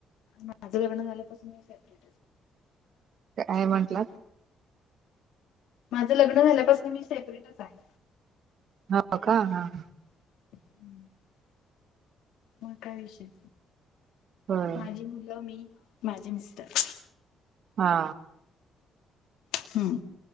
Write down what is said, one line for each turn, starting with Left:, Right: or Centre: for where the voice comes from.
Left: माझं लग्न झाल्यापासून, मी सेपरेट आहे.
Right: काय म्हंटलांत?
Left: माझं लग्न झाल्यापासून, मी सेपरेटच आहे.
Right: हो का हा हा
Left: <unintelligible> मग काय विषय
Right: होय
Left: माझी मुलं मी माझे मिस्टर
Right: हा
Left: हम्म